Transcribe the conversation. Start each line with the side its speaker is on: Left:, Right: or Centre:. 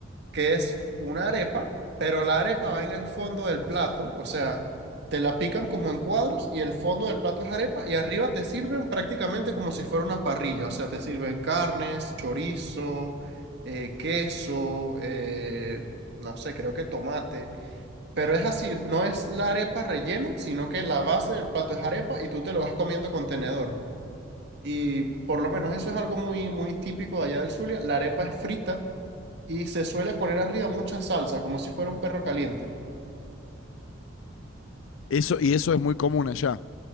Right: que es una arepa, pero la arepa va en el fondo del plato, o sea, te la pican como en cuadros y el fondo del plato es arepa y arriba te sirven prácticamente como si fuera una parrilla, o sea, te sirven carnes, chorizo, eh, queso, eh, no sé, creo que tomate, pero es así, no es la arepa rellena, sino que la base del plato es arepa y tú te lo vas comiendo con tenedor. Y por lo menos eso es algo muy, muy típico de allá del Zulia. La arepa es frita y se suele poner arriba mucha salsa, como si fuera un perro caliente.
Left: Eso, y eso es muy común allá.